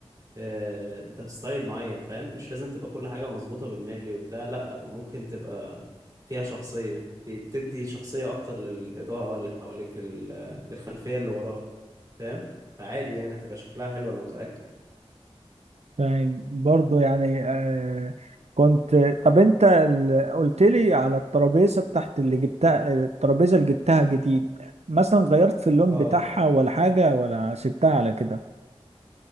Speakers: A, on the right; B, on the right.
A: آه، ده ستايل معين فاهم مش لازم تبقى كل حاجة مظبوطة بالملي وبتاع لا ممكن تبقى فيها شخصية دي بتدي شخصية أكتر للإضاءة اللي حواليك لل... للخلفية اللي وراك فاهم فعادي يعني هتبقى شكلها حلو أنا متأكد
B: فاهم برضو يعني آه كنت طب انت ال- قلت لي على الترابيزه بتاعت اللي جبتها الترابيزه اللي جبتها جديد مثلا غيرت في اللون
A: اه
B: بتاعها ولا حاجه ولا سبتها على كده